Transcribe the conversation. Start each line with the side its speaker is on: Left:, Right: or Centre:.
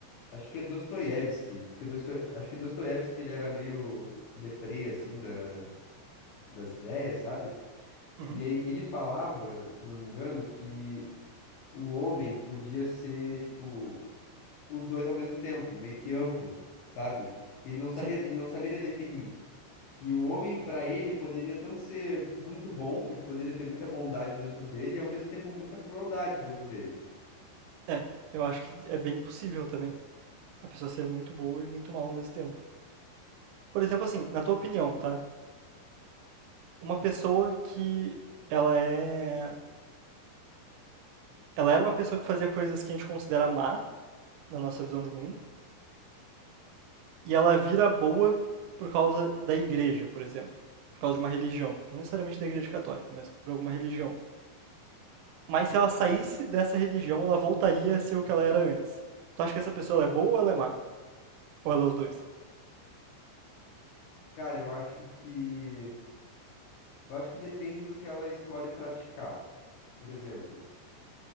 Left: acho que é Dostoiévski, porque Dosto... acho que Dostoiévski ele era meio deprê, assim, da... das ideias, sabe?
Right: Uhum,
Left: E aí ele falava, se eu não me engano, que o homem podia ser, tipo, os dois ao mesmo tempo, meio que amplo, sabe? E ele não sabia,
Right: sim.
Left: ele não saberia definir que o homem, pra ele, poderia tanto ser muito bom, ele poderia ter muita bondade dentro dele e ao mesmo tempo muita crueldade dentro dele.
Right: É, eu acho que é bem possível também a pessoa ser muito boa e muito mal ao mesmo tempo. Por exemplo, assim, na tua opinião, tá? Uma pessoa que ela é, ela era uma pessoa que fazia coisas que a gente considera má na nossa visão de mundo. e ela vira boa por causa da igreja, por exemplo, por causa de uma religião, não necessariamente da igreja católica, mas por alguma religião. Mas se ela saísse dessa religião, ela voltaria a ser o que ela era antes. Tu acha que essa pessoa ela é boa ou ela é má? Ou ela é os dois?
Left: Cara, eu acho que eu acho que depende do que ela escolhe praticar. Por exemplo,